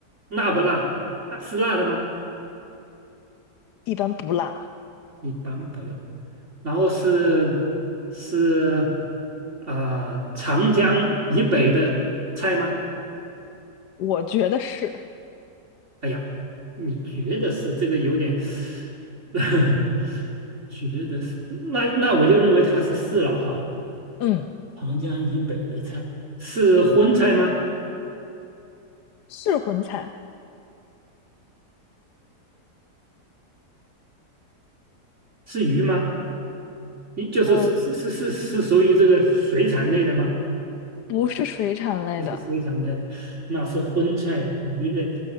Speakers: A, on the right; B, on the left.
A: 辣不辣？啊，是辣的吗？
B: 一般不辣，
A: 一般不辣。然后是是啊、呃长江以北的菜吗？
B: 我觉得是，
A: 哎呀，你觉得是这个有点，<laughs> 觉得是那那我就认为它是是了哈。
B: 嗯，
A: 长江以北的菜是荤菜吗？
B: 是荤菜，
A: 是鱼吗？你就说是是是是是属于这个水产类的吗？
B: 呃，不是水产类的，
A: 不是水产类的，那是荤菜鱼类